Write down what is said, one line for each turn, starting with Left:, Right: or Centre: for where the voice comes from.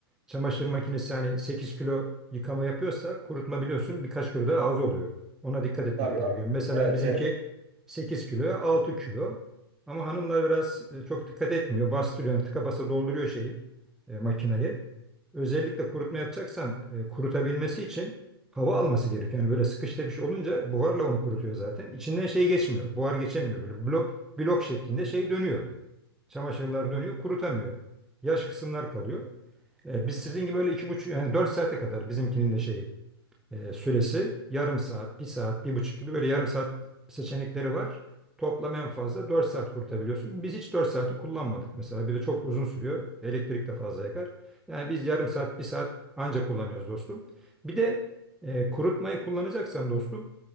Centre: çamaşır makinesi hani 8 kilo yıkama yapıyorsa kurutma biliyorsun birkaç kilo daha az oluyor. Ona dikkat etmek
Right: Tabii.
Centre: gerekiyor. Mesela
Right: Evet
Centre: bizimki
Right: evet.
Centre: 8 kiloya 6 kilo. Ama hanımlar biraz e, çok dikkat etmiyor. Bastırıyor, tıka basa dolduruyor şeyi, e, makinayı. Özellikle kurutma yapacaksan e, kurutabilmesi için hava alması gerekiyor. Yani böyle sıkış tepiş olunca buharla onu kurutuyor zaten. İçinden şey geçmiyor. Buhar geçemiyor böyle. Blok blok şeklinde şey dönüyor. Çamaşırlar dönüyor, kurutamıyor. Yaş kısımlar kalıyor. E, biz sizin gibi böyle iki buçuk yani dört saate kadar bizimkinin de şeyi e, süresi yarım saat, bir saat, bir buçuk gibi böyle yarım saat seçenekleri var. Toplam en fazla 4 saat kurutabiliyorsun. Biz hiç 4 saati kullanmadık mesela. Bir de çok uzun sürüyor. Elektrik de fazla yakar. Yani biz yarım saat, bir saat anca kullanıyoruz dostum. Bir de e, kurutmayı kullanacaksan dostum